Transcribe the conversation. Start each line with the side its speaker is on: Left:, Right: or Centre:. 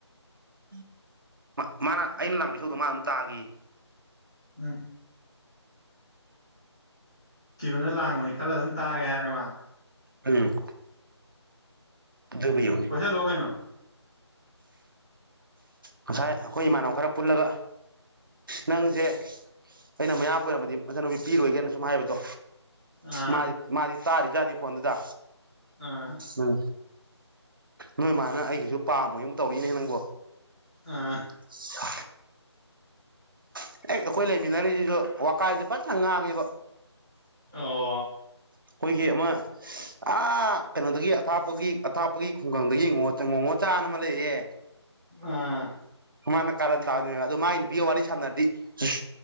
Right: <inaudible> ꯃꯥ ꯃꯥꯅ ꯑꯩꯅ ꯂꯥꯡꯕꯤ ꯏꯁꯧꯗꯣ ꯃꯥ ꯑꯗꯨꯝ ꯇꯥꯒꯦꯌꯦ
Centre: ꯎ ꯅꯨꯡꯁꯤꯕꯅ ꯂꯥꯡꯕꯅꯤ ꯈꯜꯂꯒ ꯑꯗꯨꯝ ꯇꯥꯒꯦ ꯍꯥꯏꯔꯦ ꯃꯥ
Right: ꯎꯝ ꯑꯗꯨꯕꯨ ꯌꯦꯡꯉꯨꯅꯦ
Centre: ꯀꯣꯏꯁꯜꯂꯣ ꯀꯩꯅꯣ
Right: ꯉꯁꯥꯏ ꯑꯩꯈꯣꯏ ꯏꯃꯥꯟꯅꯕ ꯈꯔ ꯄꯨꯜꯂꯒ ꯅꯪꯁꯦ ꯑꯩꯅ ꯃꯌꯥꯝꯕ ꯑꯣꯏꯔꯝꯃꯗꯤ ꯃꯆꯟꯅꯨꯄꯤ ꯄꯤꯔꯣꯏꯒꯥꯏꯅ ꯁꯨꯝ ꯍꯥꯏꯕꯗꯣ
Centre: ꯑꯥ
Right: ꯃꯥꯗꯤ ꯃꯥꯗꯤ ꯇꯥꯔꯤꯖꯥꯠꯅꯤ ꯐꯣꯟꯗꯨꯗ
Centre: ꯑꯥ
Right: ꯎꯝ ꯅꯣꯏ ꯃꯥꯅ ꯑꯩꯀꯩꯁꯨ ꯄꯥꯝꯃꯣꯏ ꯑꯅꯥ ꯑꯃꯨꯛ ꯇꯧꯔꯛꯑꯦꯅꯦ ꯅꯪꯕꯣ
Centre: ꯑꯥ
Right: <unintelligible> ꯍꯦꯛ ꯑꯩꯈꯣꯏ ꯂꯩꯃꯤꯟꯅꯔꯤꯖꯤꯖꯨ ꯋꯀꯥꯏꯗꯤ ꯐꯖꯟꯅ ꯉꯥꯡꯉꯦꯕ
Centre: ꯑꯣ
Right: ꯑꯩꯈꯣꯏꯒꯤ ꯑꯃ ꯑꯥ ꯀꯩꯅꯣꯗꯒꯤ ꯑꯊꯥꯞꯄꯒꯤ ꯑꯊꯥꯞꯄꯒꯤ ꯈꯨꯡꯒꯪꯗꯒꯤ ꯉꯣꯉꯣꯆꯥꯅ ꯑꯃ ꯂꯩꯌꯦ
Centre: ꯑꯥ
Right: ꯃꯥꯅ ꯀꯥꯔꯟ ꯇꯥꯕꯅꯦꯕ ꯑꯗꯣ ꯃꯥꯒꯤ ꯅꯨꯄꯤꯒ ꯋꯥꯔꯤ ꯁꯥꯟꯅꯔꯗꯤ ꯁꯨꯠ